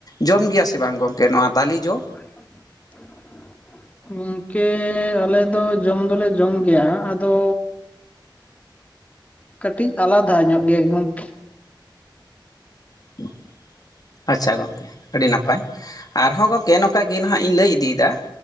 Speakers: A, on the left (about 50°); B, on the left (about 20°).
A: ᱡᱚᱢ ᱜᱮᱭᱟ ᱥᱮ ᱵᱟᱝ ᱜᱚᱢᱠᱮ ᱱᱚᱣᱟ ᱛᱟᱞᱮ ᱡᱚ
B: <unintelligible> ᱜᱚᱝᱠᱮ ᱟᱞᱮ ᱫᱚ ᱡᱚᱢ ᱫᱚᱞᱮ ᱡᱚᱢ ᱜᱮᱭᱟ ᱟᱫᱚ ᱠᱟᱹᱴᱤᱡ ᱟᱞᱟᱫᱟ ᱧᱚᱜ ᱜᱮᱭᱟ ᱜᱚᱝᱠ
A: <inaudible> ᱟᱪᱪᱷᱟ ᱜᱚᱢᱠᱮ ᱟᱹᱰᱤ ᱱᱟᱯᱟᱭ ᱟᱨᱦᱚᱸ ᱜᱚᱢᱠᱮ ᱱᱚᱝᱠᱟ ᱜᱮ ᱱᱟᱦᱟᱜ ᱤᱧ ᱞᱟᱹᱭ ᱤᱫᱤᱭᱮᱫᱟ